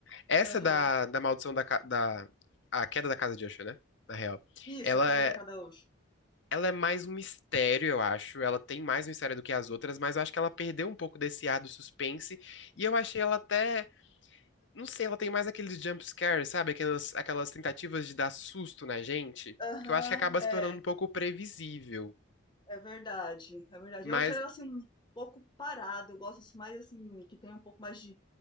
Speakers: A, on the left; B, on the left.
A: Essa
B: Aham.
A: da, da maldição da, ca- da a queda da casa de Usher, né? Na real.
B: Isso,
A: Ela,
B: A Queda
A: é,
B: da Kadaoshi.
A: Ela é mais um mistério, eu acho. Ela tem mais mistério do que as outras, mas eu acho que ela perdeu um pouco desse ar do suspense. E eu achei ela até. Não sei, ela tem mais aqueles jump scares, sabe? Aquelas, aquelas tentativas de dar susto na gente,
B: Aham,
A: que eu acho que acaba
B: é,
A: se tornando um pouco previsível.
B: é verdade, é verdade.
A: Mas.
B: Eu achei ela assim um pouco parada, eu gosto assim, mais assim, que tem um pouco mais de,